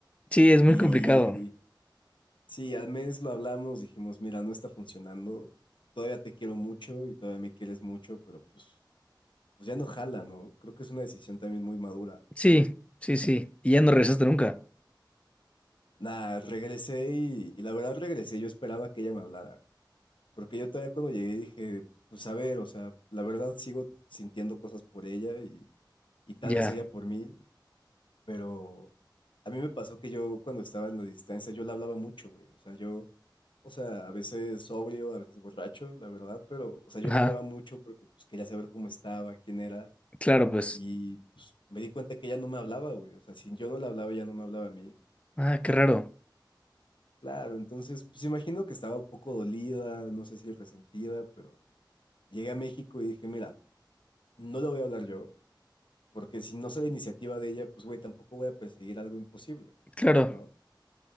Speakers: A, on the left (about 15°); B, on the left (about 80°).
A: Sí, es
B: Y,
A: muy complicado.
B: sí, al mes lo hablamos, dijimos, mira, no está funcionando, todavía te quiero mucho y todavía me quieres mucho, pero pues, pues ya no jala, ¿no? Creo que es una decisión también muy madura.
A: Sí, sí, sí. Y ya no regresaste nunca.
B: Nada, regresé y, y la verdad regresé, yo esperaba que ella me hablara. Porque yo todavía cuando llegué dije, pues a ver, o sea, la verdad sigo sintiendo cosas por ella y, y tal
A: Ya.
B: vez ella por mí, pero a mí me pasó que yo cuando estaba en la distancia yo la hablaba mucho, güey, o sea, yo, o sea, a veces sobrio, a veces borracho, la verdad, pero, o sea, yo
A: Ajá.
B: la hablaba mucho porque pues quería saber cómo estaba, quién era
A: Claro, pues.
B: y pues me di cuenta que ella no me hablaba, güey, o sea, si yo no la hablaba, ella no me hablaba a mí.
A: Ah, qué raro.
B: Claro, entonces, pues imagino que estaba un poco dolida, no sé si resentida, pero Llegué a México y dije, mira, no la voy a hablar yo, porque si no sale iniciativa de ella, pues güey, tampoco voy a perseguir algo imposible,
A: Claro.
B: ¿no?